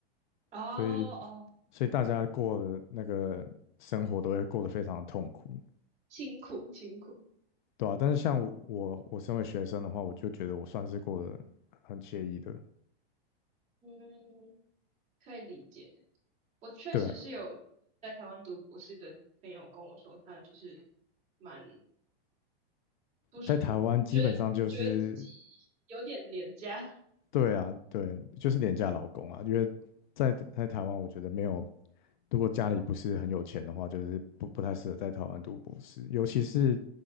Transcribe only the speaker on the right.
<laughs> 哦哦，
辛苦辛苦，
嗯，可以理解。我确实是有在台湾读博士的朋友跟我说，
他就是蛮不是，
嗯，觉得觉得自己有点廉价。